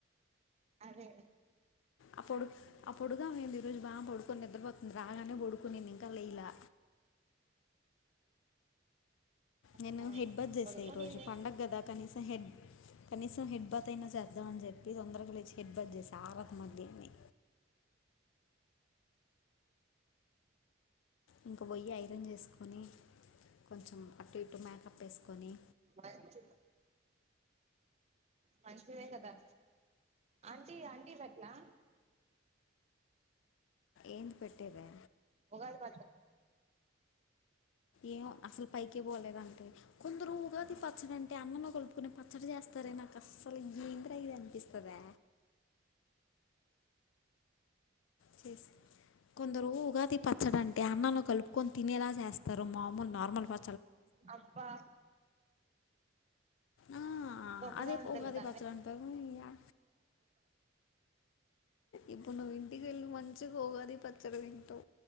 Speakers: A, on the right; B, on the left.
A: అదే
B: ఆ పొడు ఆ పొడుగాంది ఈ రోజు బాగా పడుకొని నిద్రపోతుంది రాగానే పడుకునిందింకా కలైలా
A: ఆ
B: నేను హెడ్ బజ చేసా
A: పడుకోనీలే
B: ఈ రోజు పండగ కదా కనీసం హెడ్ కనీసం హిడ్ బాత్ అయినా చేద్దాం అని చెప్పి తొందరగా లేచ్చి హిట్ బాత్ చేసి ఆరత్మ అని ఇంకా పోయి ఐరన్ చేసుకొని కొంచెం అటు ఇటు మేకప్ వేసుకొని
A: మంచి మంచిదే కదా ఆంటీ ఆంటీ పట్లా
B: ఏంది పెట్టేదా
A: ఉగా బ
B: ఏ అసలు పైకి పోలేదంటే కొందరు తతి పచ్చడి అంటే అన్న కలుపుకుని పచ్చడి చేస్తారే నాకు అస్సలు ఈంద్ర ఇది అనిపింది స్తుదా చేస్ కొందరు ఉగాది పచ్చడి అంటే అన్నంలో కలుపుకొని తినేలా చేస్తారు మామూలు నార్మల్ ప
A: అబ్బా
B: ఆ
A: రొమ్మగా
B: అదే
A: ఉండద
B: ఉగాది
A: తన
B: పచ్చడి అంటారు యా ఇప్పుడు నువ్వు ఇంటికి వెళ్ళి మంచి పోగాది పచ్చడి తంటో